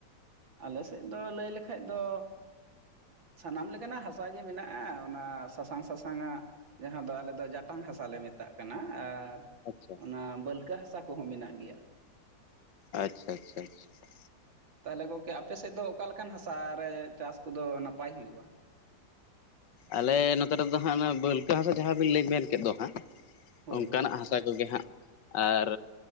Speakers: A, on the right; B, on the left.
A: ᱟᱞᱮ ᱥᱮᱫ ᱫᱚ ᱞᱟᱹᱭ ᱞᱮᱠᱷᱟᱡ ᱫᱚ, ᱥᱟᱱᱟᱢ ᱞᱮᱠᱟᱱᱟᱜ ᱦᱟᱥᱟ ᱜᱮ ᱢᱮᱱᱟᱜᱼᱟ ᱚᱱᱟ ᱥᱟᱥᱟᱝ ᱥᱟᱥᱟᱝ ᱟᱜ᱾ ᱡᱟᱦᱟᱸ ᱫᱚ ᱟᱞᱮ ᱫᱚ ᱡᱟᱴᱟᱝ ᱦᱟᱥᱟᱞᱮ ᱢᱮᱛᱟᱜ ᱠᱟᱱᱟ ᱟᱨ,
B: ᱟᱪᱪᱷᱟ
A: ᱚᱱᱟ ᱵᱟᱹᱞᱠᱟᱹ ᱦᱟᱥᱟ ᱠᱚᱦᱚᱸ ᱢᱮᱱᱟᱜ ᱜᱮᱭᱟ᱾
B: ᱟᱪᱪᱷᱟ ᱟᱪᱪᱷᱟ <inaudible> ᱟᱷᱟ᱾
A: ᱛᱟᱦᱚᱞᱮ ᱜᱚᱝᱠᱮ ᱟᱯᱮ ᱥᱮᱫ ᱫᱚ ᱚᱠᱟᱞᱮᱠᱟᱱ ᱦᱟᱥᱟ ᱨᱮ ᱪᱟᱥ ᱠᱚᱫᱚ ᱱᱟᱯᱟᱭ ᱦᱩᱭᱩᱜᱼᱟ᱾
B: ᱟᱞᱮ ᱱᱚᱛᱮ ᱨᱮᱫᱚ ᱦᱟᱸᱜ ᱚᱱᱟ ᱵᱟᱹᱞᱠᱟᱹ ᱦᱟᱥᱟ ᱡᱟᱦᱟᱸᱵᱤᱱ ᱞᱟᱹᱭ ᱢᱮᱱ ᱠᱮᱫ ᱫᱚ ᱦᱟᱸᱜ
A: ᱦᱳᱭ
B: ᱚᱱᱠᱟᱱᱟᱜ
A: ᱦᱳᱭ
B: ᱦᱟᱥ ᱦᱟᱥᱟ ᱠᱚᱜᱮ ᱦᱟᱸᱜ ᱟᱨ,